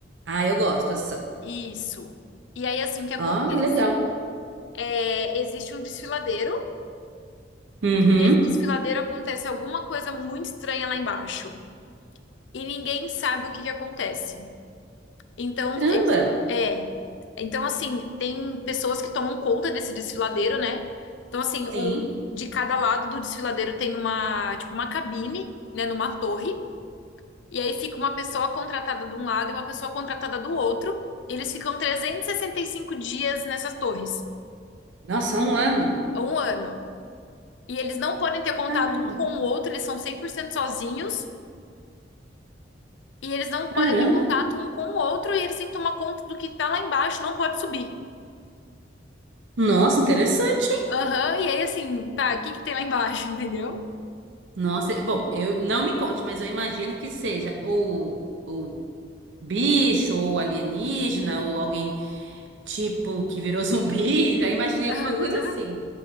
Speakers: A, on the right; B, on the left.
A: Ah, eu gosto, ação.
B: Isso. E aí, assim, o que acontece?
A: Ó, legal.
B: É, existe um desfiladeiro.
A: Uhum.
B: Nesse desfiladeiro acontece alguma coisa muito estranha lá embaixo e ninguém sabe o que que acontece. Então,
A: Caramba.
B: eles- é. Então, assim, tem pessoas que tomam conta desse desfiladeiro, né? Então, assim, um,
A: Sim.
B: de cada lado do desfiladeiro tem uma, tipo, uma cabine, né, numa torre. E aí fica uma pessoa contratada de um lado e uma pessoa contratada do outro. E eles ficam 365 dias nessas torres,
A: Nossa, é um ano.
B: um ano. E eles não podem ter contato
A: Caramba.
B: um com o outro, eles são 100% sozinhos. E eles não podem
A: Caramba.
B: ter contato um com o outro e eles têm que tomar conta do que tá lá embaixo, não pode subir.
A: Nossa, interessante, hein?
B: Aham, e aí assim, tá, o que que tem lá embaixo, <laughs> entendeu?
A: Nossa, bom, eu não me conte, mas eu imagino que seja ou, ou bicho, ou alienígena, ou alguém tipo que virou <laughs> zumbi. Já imaginei
B: Aham.
A: alguma coisa assim.